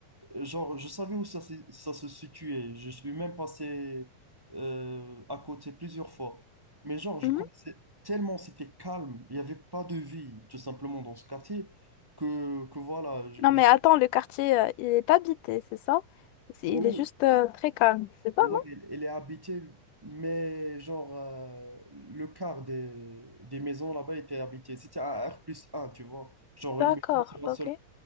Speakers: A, on the right (about 30°); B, on the left (about 85°).
A: euh, genre, je savais où ça, se- ça se situait, je suis même passé euh, à côté plusieurs fois. Mais genre, je
B: mhm.
A: connaissais tellement, c'était calme, il n'y avait pas de vie, tout simplement, dans ce quartier, que, que voilà, je,
B: Non, mais
A: je-
B: attends, le quartier, euh, il est habité, c'est ça? C'est-
A: oh,
B: Il est juste euh, très calme, c'est ça,
A: ouais,
B: non?
A: elle elle est habitée, mais genre, euh, le quart des, des maisons là-bas était habité. C'était un R plus un tu vois, genre
B: D'accord,
A: une maison sur un
B: ok.
A: seul